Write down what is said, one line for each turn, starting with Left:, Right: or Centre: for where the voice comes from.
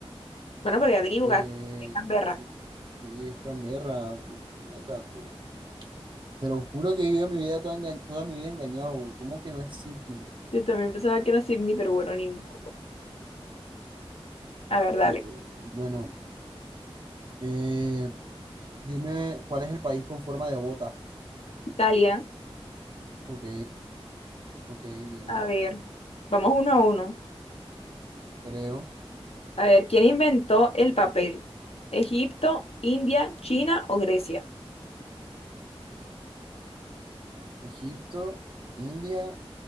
Left: Bueno, pero ya te equivocaste,
Right: Eh,
Left: es Canberra.
Right: sí, sí, es Canberra. mierda, pero- Te lo juro que he vivido mi vida toda, enga- toda mi vida engañado. Bro. ¿Cómo que no es Sydney?
Left: Yo también pensaba que era Sydney, pero bueno, ni modo. A ver, dale.
Right: Yo, Bueno, eh, dime cuál es el país con forma de bota.
Left: Italia,
Right: Ok, ok, bien.
Left: a ver, vamos uno a uno.
Right: Creo.
Left: A ver, ¿quién inventó el papel? ¿Egipto, India, China o Grecia?
Right: Egipto, India,